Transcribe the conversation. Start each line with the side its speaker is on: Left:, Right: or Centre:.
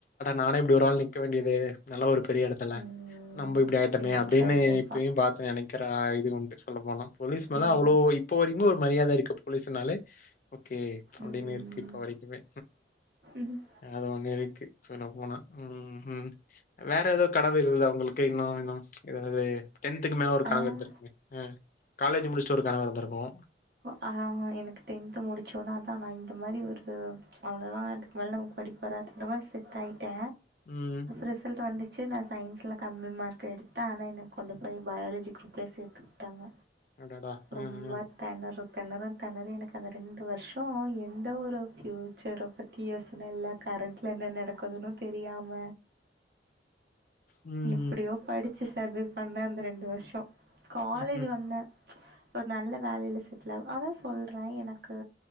Left: நானே இப்படி ஒரு ஆள் நிற்க வேண்டியது நல்ல ஒரு பெரிய இடத் ல்ல
Right: ம்.
Left: நம்ம இப்படி ஆயிட்டோமே
Right: ம்.
Left: அப்டின்னு
Right: கண்டிப்பா.
Left: இப்பயும் பார்த்து நினைக்கிற அ இது உண்டு சொல்லப்போனா போலீஸ் மேல
Right: ம்ஹ்ம்.
Left: அவ்ளோ இப்போ வரைக்கு ஒரு மரியாதை இருக்கு போலீஸ்னாலே ஓகே அப்டின்னு
Right: ம்.
Left: இருக்கு இப்ப வரைக்குமே
Right: ம்.
Left: அது ஒண்ணு இருக்கு சொல்ல போனா ம் ம் வேற ஏதோ கனவு இருந்ததா உங்களுக்கு இன்னு இன்னும் ஏதாவது டென்த்துக்கு மேல ஒரு கனவு
Right: ஆ.
Left: இருந்திருக்குமே காலேஜ் முடிச்சிட்டு ஒரு கனவு இருந்திருக்கும்
Right: ஆஹ எனக்கு டென்த்து முடிச்சோனதான் நான் இந்த மாரி ஒரு இது அவ்ளோதா அதுக்கு மேல நமக்கு படிப்பு வராது இந்த மாரி செட் ஆயிட்ட
Left: ம்
Right: ரிசல்ட் வந்துச்சு நான் சயின்ஸில கம்மி மார்க் எடுத்த ஆனா என்ன கொண்டு போய் பயாலஜி குருப்ல சேத்து ட்டாங்க
Left: அடடா!
Right: ரொம்ப
Left: ம்,
Right: தணற தணற தணறி எனக்கு அந்த ரெண்டு வருஷம் எந்த ஒரு பியூச்சரோ பத்தி கி யோசன இல்ல கரண்ட்ல என்ன நடக்குதுன்னு தெரியாம
Left: ம்
Right: எப்டியோ படிச்சு சர்வே பண்ண அந்த ரெண்டு வருஷோ காலேஜ்
Left: ம், ம்.
Right: வந்த ஒரு நல்ல வேலையில செட்டில் ஆவு அதா சொல்றே எனக்கு